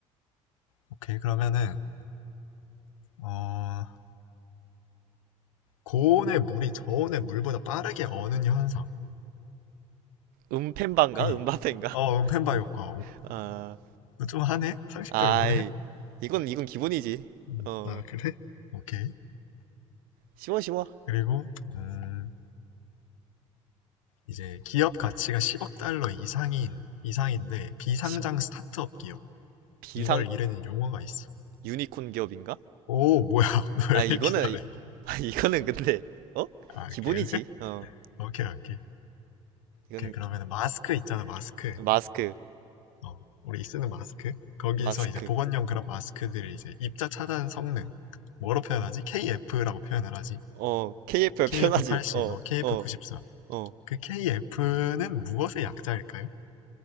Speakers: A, on the left; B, on the right.
A: 오케이 그러면은 어 고온의 물이 저온의 물보다 빠르게 어는 현상.
B: 음펜반가
A: 그게
B: 음바펜가
A: 어 음펜바 효과
B: <laughs> 아
A: 오좀 하네 상식적
B: 아이
A: 있네
B: 이건 이건 기본이지
A: 음,
B: 어
A: 아 그래 오케이
B: 쉬워 쉬워
A: 그리고 음 이제 기업 가치가 10억 달러 이상인 이상인데 비상장
B: 시-
A: 스타트업 기업
B: 비상
A: 이걸 이르는 용어가 있어
B: 유니콘 기업인가?
A: 오 뭐야 <laughs> 너
B: 아
A: 왜
B: 이거는
A: 이렇게
B: <laughs>
A: 잘해
B: 아 이거는 근데 어
A: 아
B: 기본이지
A: 그래
B: 어
A: 오케이 오케이
B: 이건
A: 오케이 그러면 마스크 있잖아 마스크
B: 마스크
A: 어 우리 쓰는 마스크 거기서
B: 마스크
A: 이제 보건용 그런 마스크들을 이제 입자 차단 성능 뭐로 표현하지 KF라고 표현을 하지
B: 어 k f 표
A: KF80,
B: 편하지 어
A: 뭐 KF94.
B: 어, 어.
A: 그 KF는 무엇의 약자일까요?